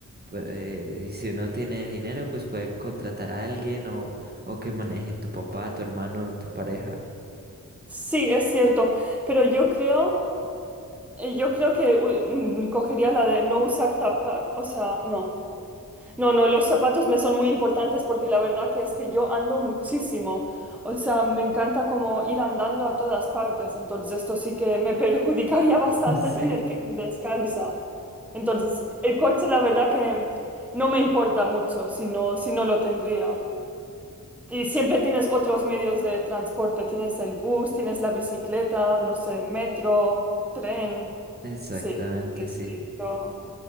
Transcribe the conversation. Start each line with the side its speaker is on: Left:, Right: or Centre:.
Right: Pero, eh, y si uno tiene dinero, pues puede contratar a alguien o, o que maneje tu papá, tu hermano, tu pareja.
Centre: Sí, es cierto, pero yo creo, eh, yo creo que u- mm, cogería la de no usar zapatos, o sea, no. No, no, los zapatos me son muy importantes porque la verdad que es que yo ando muchísimo. O sea, me encanta como ir andando a todas partes. Entonces, esto sí que me perjudicaría <laughs> bastante
Right: <laughs> Sí.
Centre: tener que ir descalza. Entonces, el coche la verdad que no me importa mucho si no, si no lo tendría. Y siempre tienes otros medios de transporte. Tienes el bus, tienes la bicicleta, no sé, metro, tren.
Right: Exactamente,
Centre: Sí, sí,
Right: sí.
Centre: sí. yo...